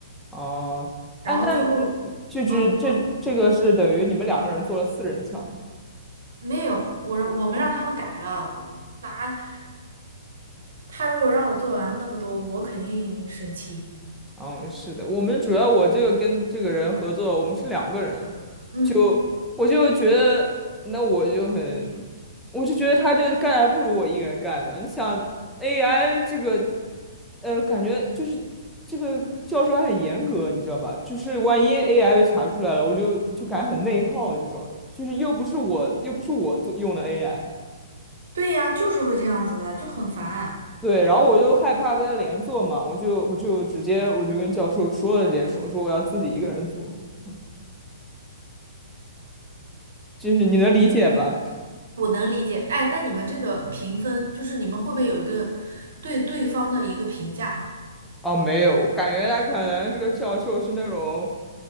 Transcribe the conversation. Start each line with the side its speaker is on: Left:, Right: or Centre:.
Centre: 哦、啊哎，
Right: 然后最后，
Centre: 那那就是这这个是等于你们两个人做了四人项目。
Right: 哦，你说没有，我让我们让他们改了，我拿他如果让我做完那么多，我肯定生气。
Centre: 嗯，是的，我们主要我这个跟这个人合作，我们是两个人，
Right: 嗯，
Centre: 就我就觉得，那我就很，我就觉得他这干还不如我一个人干呢。你想 AI 这个，呃，感觉就是这个教授还很严格，你知道吧？就是万一 AI 被查出来了，我就就感觉很内耗这种，就是又不是我又不是我做用的 AI。
Right: 对呀，就是会这样子的，就很烦。
Centre: 对，然后我就害怕被他连坐嘛，我就我就直接我就跟教授说了这件事，我说我要自己一个人组，嗯就是你能理解吧？
Right: 我能理解。哎，那你们这个评分，就是你们会不会有一个对对方的一个评价？
Centre: 哦，没有，感觉他可能这个教授是那种